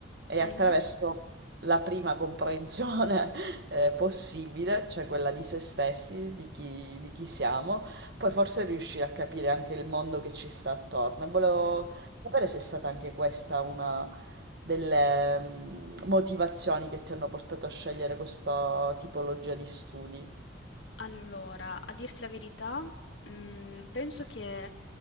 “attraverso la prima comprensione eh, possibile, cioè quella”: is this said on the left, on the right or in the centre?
Right